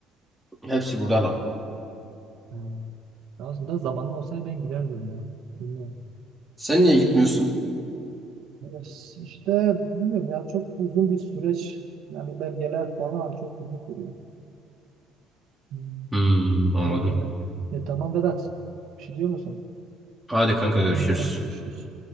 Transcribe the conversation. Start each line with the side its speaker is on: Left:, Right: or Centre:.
Centre: Hepsi burada lan.
Right: ha. Aslında zamanım olsaydı ben giderdim ya. Bilmiyorum.
Centre: Sen niye gitmiyorsun?
Right: Evet, İşte bilmiyorum ya çok uzun bir süreç. Yani belgeler falan çok uzun sürüyor. Hmm,
Centre: Hmm, anladım.
Right: ya öyle. E, tamam Vedat. Bir şey diyor musun?
Centre: Hadi kanka görüşürüz.
Right: Ha, ha, görüşürüz.